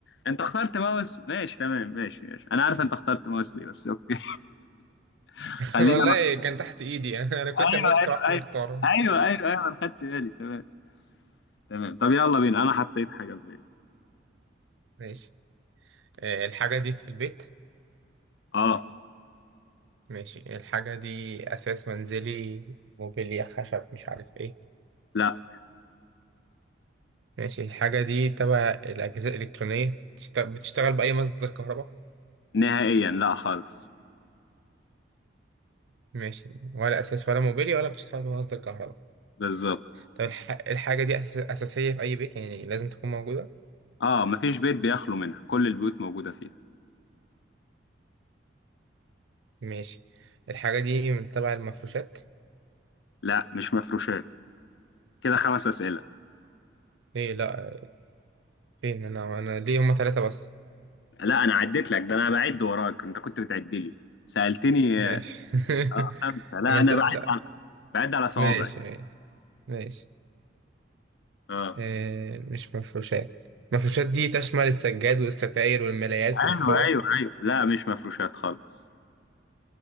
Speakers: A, on the left; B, on the right.
A: انت اخترت ماوس ماشي تمام ماشي ماشي انا عارف انت اخترت ماوس ليه بس اوكي <laughs>
B: <laughs>
A: خلينا
B: والله
A: مع...
B: كان تحت ايدي <laughs> انا كنت
A: ايوه
B: ماسكه
A: ايوه
B: رحت
A: ايوه
B: مختاره
A: ايوه ايوه ايوه انا خدت بالي تمام تمام طب يلا بينا انا حطيت حاجه في بالي
B: <laughs> ماشي آه، الحاجة دي في البيت
A: اه
B: ماشي الحاجة دي أساس منزلي موبيليا خشب مش عارف إيه
A: لا
B: ماشي الحاجة دي تبع الأجهزة الإلكترونية بتشت- بتشتغل بأي مصدر كهرباء
A: نهائيا لا خالص
B: ماشي ولا أساس ولا موبيليا ولا بتشتغل بمصدر كهرباء
A: بالظبط
B: طب الح... الحاجة دي أساس... أساسية في أي بيت يعني لازم تكون موجودة
A: اه مفيش بيت بيخلو منها كل البيوت موجودة فيها
B: ماشي الحاجة دي من تبع المفروشات
A: لا مش مفروشات كده خمس أسئلة
B: إيه لأ فين أنا أنا ليه هما تلاتة بس
A: لا أنا عديت لك ده أنا بعد وراك أنت كنت بتعد لي سألتني
B: ماشي
A: آه،
B: <laughs>
A: خمسة لا
B: أنا
A: أنا
B: س...
A: بعد
B: س...
A: على بعد على صوابعي
B: ماشي ماشي ماشي
A: اه
B: آه، مش مفروشات مفروشات دي تشمل السجاد والستاير والملايات
A: أيوه
B: والفوط
A: أيوه أيوه لا مش مفروشات خالص